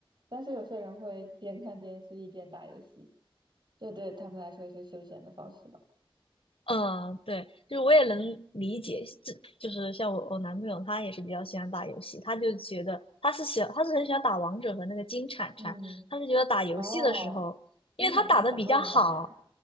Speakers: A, on the right (about 55°); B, on the left (about 75°).
A: 但是有些人会一边看电视一边打游戏，这对他们来说也是休闲的方式吧。
B: 嗯，对，就是我也能理解，这就是像我我男朋友，他也是比较喜欢打游戏，他就觉得他是喜他是很喜欢打王者和那个金铲铲，
A: 嗯，
B: 他是觉得打游戏的时候，
A: 哦，金铲铲好多人玩呀，
B: 因为他打的比较好，